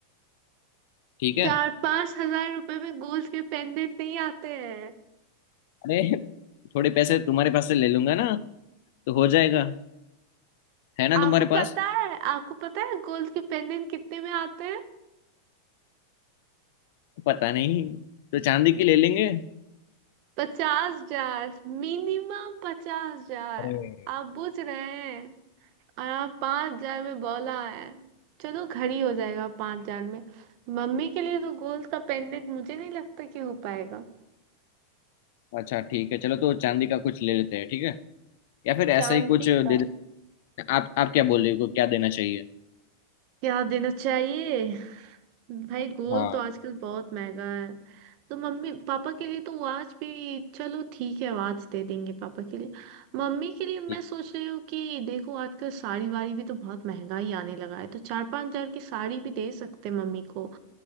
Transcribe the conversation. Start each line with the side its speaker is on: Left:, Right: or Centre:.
Left: ठीक है
Right: चार पांच हजार रुपए में गोल्ड के पेंडेंट नहीं आते हैं
Left: अरे थोड़े पैसे तुम्हारे पास से ले लूंगा ना तो हो जाएगा है ना
Right: आपको
Left: तुम्हारे पास
Right: पता है आपको पता है गोल्ड के पेंडेंट कितने में आते हैं
Left: पता नहीं तो चांदी की ले लेंगे
Right: पचास हजार मिनिमम पचास हजार
Left: अरे
Right: आप बुझ रहे हैं और आप पांच हजार में बोला है चलो घड़ी हो जाएगा पांच हजार में मम्मी के लिए तो गोल्ड का पेंडेंट मुझे नहीं लगता कि हो पाएगा
Left: अच्छा ठीक है चलो तो चांदी का कुछ ले लेते हैं ठीक है या फिर ऐसा
Right: चांदी
Left: ही कुछ दे
Right: का
Left: दे आप आप क्या बोल रहे हो क्या देना चाहिए
Right: क्या देना चाहिए भाई गोल
Left: हाँ
Right: तो आजकल बहुत महंगा है तो मम्मी पापा के लिए तो वाच भी चलो ठीक है वाच दे देंगे पापा के लिए मम्मी के लिए
Left: ठीक
Right: मैं सोच रही हूँ कि देखो आजकल साड़ी वाड़ी भी तो बहुत महंगा ही आने लगा है तो चार पांच हजार की साड़ी भी दे सकते हैं मम्मी को